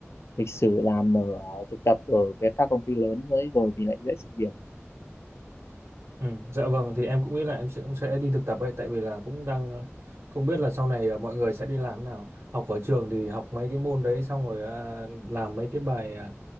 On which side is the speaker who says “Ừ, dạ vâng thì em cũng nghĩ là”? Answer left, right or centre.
Right